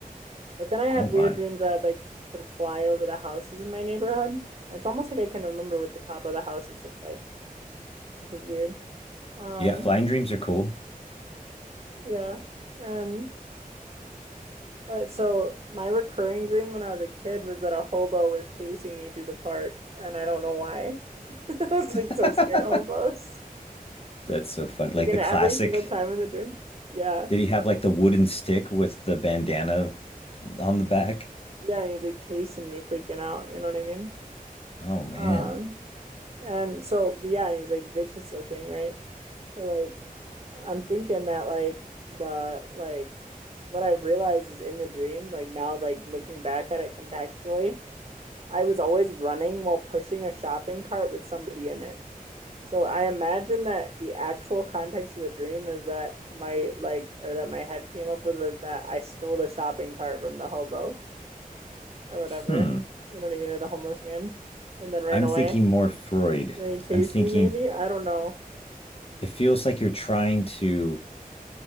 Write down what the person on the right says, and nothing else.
But then I had
weird dreams where I like could fly over the houses in my neighborhood. And it's almost like I can remember what the top of the houses look like, which is weird. Um,
yeah. And But so my recurring dream when I was a kid was that a hobo was chasing me through the park, and I don't know why. <laughs> I was like
so scared of hobos.
Like in
every single time in the dream. Yeah.
Yeah, and he's like chasing me, freaking out, you know what I mean?
Um, and so but yeah, and he's like vicious looking, right? So like I'm thinking that like the like what I realized is in the dream, like now like looking back at it contextually I was always running while pushing a shopping cart with somebody in it. So I imagine that the actual context of the dream is that my like or that my head came up with was that I stole the shopping cart from the hobo or whatever.
You know what I mean, or the homeless man, and then ran
away.
And then he chased
me, maybe. I don't know.